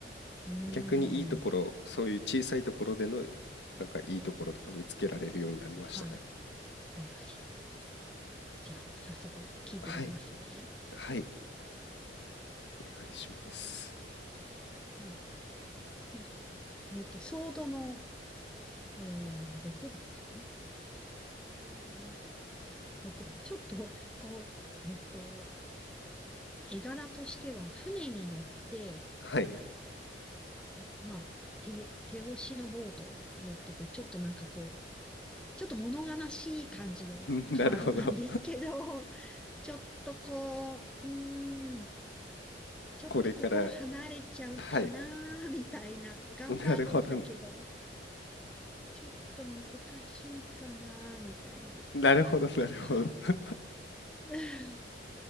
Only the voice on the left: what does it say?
逆にいいところ、そういう小さいところでの、なんかいいところとか見つけられるようになりましたね。
はい、はい、お願いします。
はい、
<laughs> なるほど。
これから、はい、
なるほどな、
なるほどなるほど。
<laughs>